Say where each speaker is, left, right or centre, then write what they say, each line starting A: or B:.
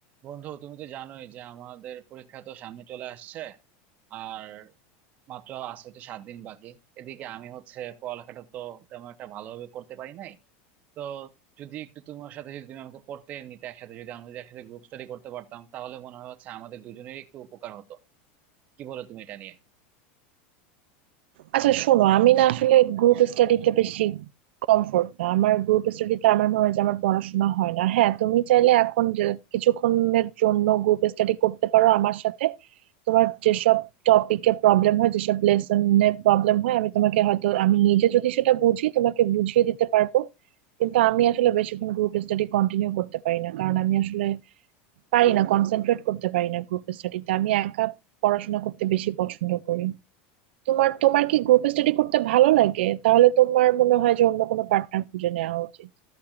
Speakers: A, on the right (about 25°); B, on the right (about 75°).
A: বন্ধু তুমি তো জানোই যে আমাদের পরীক্ষা তো সামনে চলে আসছে আর মাত্র আছে তো সাত দিন বাকি এদিকে আমি হচ্ছে পড়ালেখাটা তো তেমন একটা ভালোভাবে করতে পারি নাই তো যদি একটু তোমার সাথে যদি তুমি আমাকে পড়তে নিতে একসাথে যদি আমরা যদি একসাথে গ্রুপ স্টাডি করতে পারতাম তাহলে মনে হয় হচ্ছে আমাদের দুজনেরই একটু উপকার হতো কি বলো তুমি এটা নিয়ে
B: আচ্ছা শোনো আমি না আসলে গ্রুপ স্টাডিতে বেশি কমফোর্ট না আমার গ্রুপ স্টাডিতে আমার মনে হয় যে আমার পড়াশোনা হয় না হ্যাঁ তুমি চাইলে এখন যে কিছুক্ষণের জন্য গ্রুপ স্টাডি করতে পারো আমার সাথে তোমার যেসব টপিকে প্রবলেম হয় যেসব লেসনে প্রবলেম হয় আমি তোমাকে হয়তো আমি নিজে যদি সেটা বুঝি তোমাকে বুঝিয়ে দিতে পারবো কিন্তু আমি আসলে বেশিক্ষণ গ্রুপ স্টাডি কন্টিনিউ করতে পারি না কারণ আমি আসলে পারি না কনসেন্ট্রেট করতে পারি না গ্রুপ স্টাডিতে আমি একা পড়াশোনা করতে বেশি পছন্দ করি তোমার তোমার কি গ্রুপ স্টাডি করতে ভালো লাগে তাহলে তোমার মনে হয় যে অন্য কোনো পার্টনার খুঁজে নেওয়া উচিত